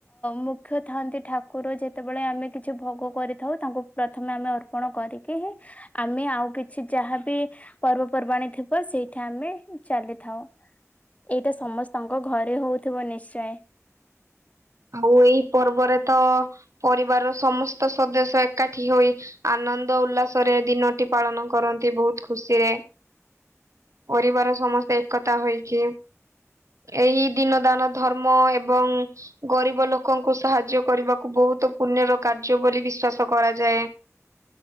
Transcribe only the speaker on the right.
ଆଉ ଏଇ ପର୍ବରେ ତ ପରିବାରର ସମସ୍ତ ସଦସ୍ୟ ଏକାଠି ହୋଇ ଆନ୍ ଆନନ୍ଦ ଉଲ୍ଲାସରେ ଦିନଟି ପାଳନ କରନ୍ତି ବହୁତ ଖୁସିରେ।
ପରିବାର ସମସ୍ତେ ଏକତା ହୋଇକି ଏହି ଦିନ ଦାନ ଧର୍ମ ଏବଂ ଗରିବ ଲୋକଙ୍କୁ ସାହାଯ୍ୟ କରିବାକୁ ବୋହୁତ ପୂର୍ଣ୍ୟର କାର୍ଯ୍ୟ ବୋଲି ବିଶ୍ଵାସ କରାଯାଏ।